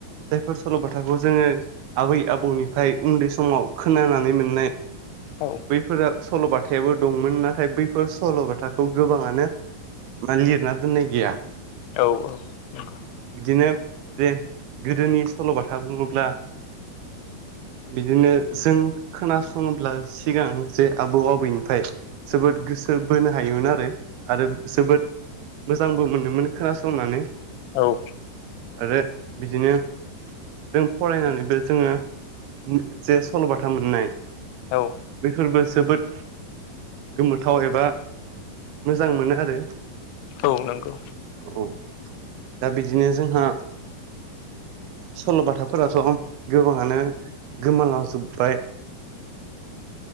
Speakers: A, on the right; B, on the left.
A: जायफोर सल'बाथाखौ जोङो आबै आबौनिफाय उन्दै समाव खोनानानै मोननाय
B: औ
A: बेफोरो सल'बाथायाबो दंमोन नाथाय बैफोर सल'बाथाखौ गोबाङानो बि मानो लिरना दोननाय गैया
B: औ औ नंगौ
A: बिदिनो बे गोदोनि सल'बाथा बुङोब्ला बिदिनो जों खोनासङोब्ला सिगां जे आबौ आबैन फाय जोबोद गोसो बोनो हायोमोन आरो आरो जोबोद मोजांबो मोनोमोन खोनासंनानै
B: औ।
A: आरो बिदिनो जों फरायनानैबो जोङो जे सल'बाथा मोननाय
B: औ
A: बेफोरबो जोबोद गोमोथाव एबा मोजां मोनो आरो
B: औ नोंगौ
A: औ दा बिदिनो जोंहा सल'बाथाफोराथ' गोबाङानो गोमालांजोब्बाय